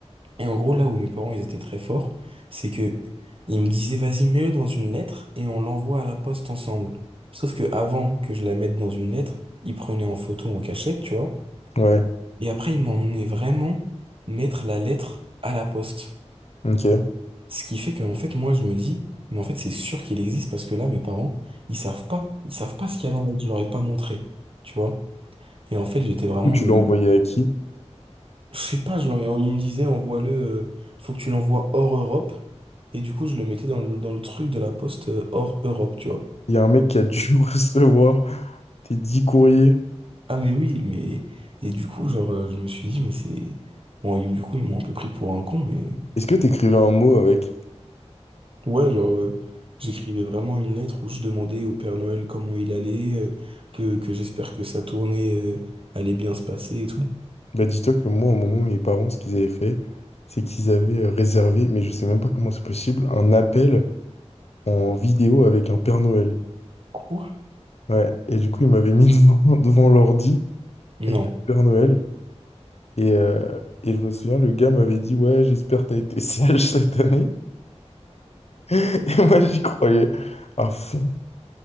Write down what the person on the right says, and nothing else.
Et en gros, là où mes parents, ils étaient très forts, c'est que ils me disaient, vas-y, mets-le dans une lettre et on l'envoie à la poste ensemble. Sauf que avant que je la mette dans une lettre, ils prenaient en photo en cachette, tu vois.
Et après, ils m'emmenaient vraiment mettre la lettre à la poste.
Ce qui fait que, en fait, moi, je me dis, mais en fait, c'est sûr qu'il existe parce que là, mes parents, ils savent pas. Ils savent pas ce qu'il y a dans la lettre. Je leur ai pas montré, tu vois. Et en fait, j'étais vraiment
le
Je sais pas, genre, il me disait, envoie-le, euh, faut que tu l'envoies hors Europe. Et du coup, je le mettais dans le, dans le truc de la poste euh, hors Europe, tu vois.
Ah, mais oui, mais. Et du coup, genre, euh, je me suis dit, mais c'est. Bon, et du coup, ils m'ont un peu pris pour un con, mais.
Ouais, genre, euh, j'écrivais vraiment une lettre où je demandais au Père Noël comment il allait, euh, que, que j'espère que sa tournée, euh, allait bien se passer et tout.
Quoi?
Non.